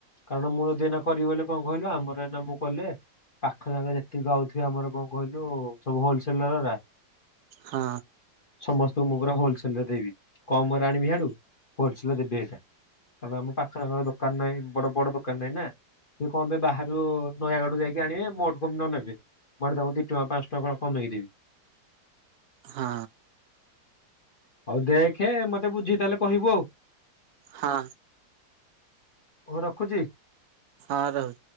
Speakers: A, on the left; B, on the right.
A: କାରଣ ମୁଁ ଯଦି ଏଇନା କରିବି ବୋଲି କଣ କହିଲ ଆମର ଏନା ମୁଁ କଲେ ପାଖ ଜାଗା ଯେତିକି ଆଉଥିବେ ଆମର କଣ କହିଲୁ ସବୁ ହୋଲସେଲର ଗୁରା
B: ହଁ।
A: ସମସ୍ତଙ୍କୁ ମୁଁ ପୁରା ହୋଲସେଲ ରେ ଦେବି କମ ରେ ଆଣିବି ହେଆଡୁ ହୋଲସେଲ ରେ ଦେବି ଏଇଠେ। କାରଣ ଆମ ପାଖରେ ଦୋକାନ ନାଇଁ ବଡ ବଡ ଦୋକାନ ନାଇଁ ନା। ସେ କଣ ପାଇ ବାହାରୁ ନୟାଗଡରୁ ଯାଇକି ଆଣିବେ ମୋଠୁ କମ ନନେବେ। କୁଆଡେ ତଙ୍କୁ ଦିଟଙ୍କ ପାଞ୍ଚଟଙ୍କା କଣ କମେଇକି ଦେବି।
B: ହଁ।
A: ହୋଉ ଦେଖେ ମତେ ବୁଝିକି ତାହେଲେ କହିବୁ ଆଉ।
B: ହଁ।
A: ହୋଉ ରଖୁଚି।
B: ହଁ ରହୁ